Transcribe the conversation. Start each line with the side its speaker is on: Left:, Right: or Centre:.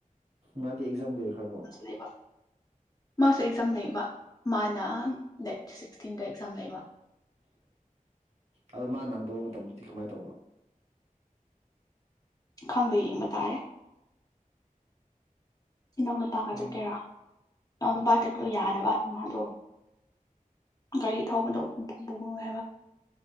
Right: ꯃꯥꯗꯤ ꯑꯦꯛꯖꯥꯝ ꯑꯣꯏꯔꯛꯈ꯭ꯔꯕꯣ
Left: ꯂꯩꯕ ꯃꯥꯁꯨ ꯑꯦꯛꯖꯥꯝ ꯂꯩꯕ ꯃꯥꯅ ꯗꯦꯠ ꯁꯤꯛꯁꯇꯤꯟꯗ ꯑꯦꯛꯖꯥꯝ ꯂꯩꯕ
Right: ꯑꯗꯣ ꯃꯥ ꯅꯪꯗꯕ ꯃꯇꯝꯗꯨꯗꯤ ꯀꯃꯥꯏꯅ ꯇꯧꯕ
Left: ꯈꯪꯗꯦ ꯌꯦꯡꯕ ꯇꯥꯔꯦ ꯏꯅꯥꯎ ꯅꯨꯄꯥꯒ
Right: ꯎꯝ
Left: ꯆꯠꯀꯦꯔꯥ ꯏꯅꯥꯎ
Right: ꯎꯝ
Left: ꯅꯨꯄꯥꯒ ꯆꯠꯄꯗꯣ ꯌꯥꯗꯕ ꯃꯥꯗꯣ ꯒꯥꯔꯤ ꯊꯧꯕꯗꯣ <unintelligible> ꯍꯥꯏꯕ